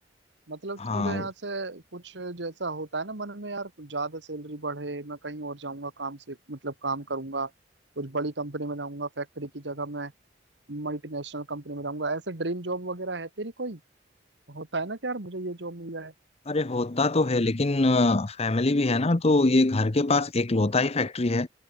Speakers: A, on the right; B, on the left.
A: मतलब
B: हाँ
A: तुझे यहाँ से कुछ जैसा होता है ना मन में यार कुछ ज्यादा सैलरी बढ़े मैं कहीं और जाऊंगा काम से मतलब काम करूंगा कुछ बड़ी कंपनी में रहूंगा फैक्ट्री की जगह मैं मल्टीनेशनल कंपनी में रहूंगा ऐसे ड्रीम जॉब वगैरह है तेरी कोई होता है ना कि यार मुझे ये जॉब मिल जाए
B: अरे होता तो है लेकिन फैमिली भी है ना तो ये घर के पास इकलौता ही फैक्ट्री है